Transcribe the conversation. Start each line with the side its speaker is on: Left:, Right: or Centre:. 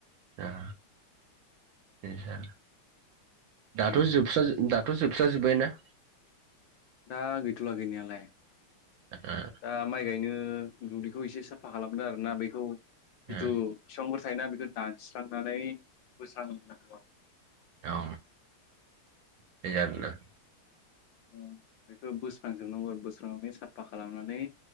Right: ओ इदिसो दाथ'
Left: उम
Right: जोबसा दाथ' जोबस्रा जोबबाय ना
Left: दा गैथ'ला गैनायालाय
Right: औ
Left: दा माइ गायनो दुब्लिखौ इसे साफा खालामदो आरो ना बैखौ
Right: बे
Left: जिथु बिफांफोर थायोना बेखौ दानस्रांनानै बोस्रांना
Right: औ बे आरोना
Left: औ बेखौ बोस स्रांजोबनांगौ आरो बोस्रांनानै साफा खालामनानै